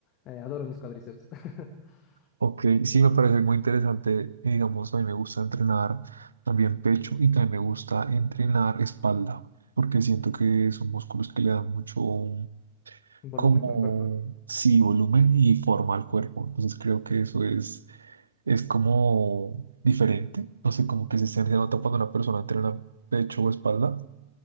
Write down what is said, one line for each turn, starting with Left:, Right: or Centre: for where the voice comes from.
Left: Eh, adoro mis cuádriceps. <laughs>
Right: ok. Sí, me parece muy interesante. Y, Digamos, a mí me gusta entrenar también pecho y también me gusta entrenar espalda, porque siento que son músculos que le dan mucho um,
Left: Volumen
Right: como,
Left: al cuerpo.
Right: sí, volumen y forma al cuerpo. Entonces creo que eso es, es como diferente. No sé, como que se se nota cuando una persona entrena pecho o espalda